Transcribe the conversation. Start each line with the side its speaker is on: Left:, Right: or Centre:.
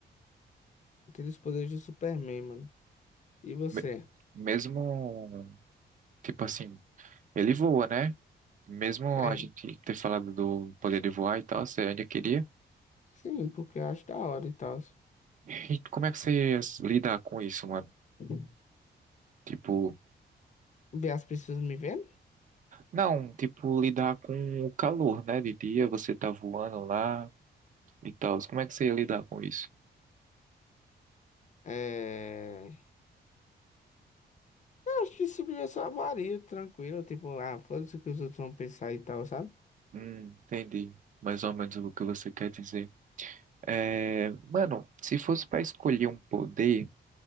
Left: Ter os poderes do Superman, mano. E você?
Right: Me- mesmo, tipo assim, ele voa, né? Mesmo
Left: É,
Right: a gente ter falado do poder de voar e tal, você ainda queria?
Left: sim, porque eu acho da hora e tal.
Right: E como é que você lida com isso, mano?
Left: Hum,
Right: Tipo,
Left: ver as pessoas me vendo?
Right: não, tipo, lidar com o calor, né? De dia você tá voando lá e tal. Como é que você ia lidar com isso?
Left: É... Eu acho que simplesmente só vario, tranquilo, tipo, ah, foda-se o que os outros vão pensar e tal, sabe?
Right: Hum, entendi. Mais ou menos o que você quer dizer. É, mano, se fosse pra escolher um poder,